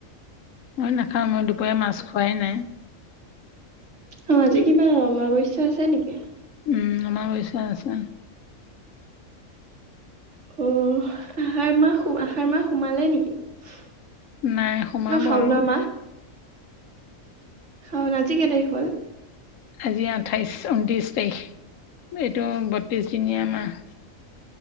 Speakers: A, on the left; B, on the right.
A: মই নাখাওঁ মই দুপৰীয়া মাছ খোৱাই নাই।
B: অ আজি কিবা অমাৱস্যা আছে নেকি?
A: উম, অমাৱস্যা আছে।
B: অহ আহাৰ মাহ আহাৰ মাহ সোমালে নেকি? ন
A: নাই সোমাব
B: শাওনৰ
A: আৰু
B: মাহ। শাওন আজি কে তাৰিখ হল?
A: আজি আঠাইছ ঊনত্ৰিছ তাৰিখ এইটো বত্ৰিশ দিনীয়া মাহ।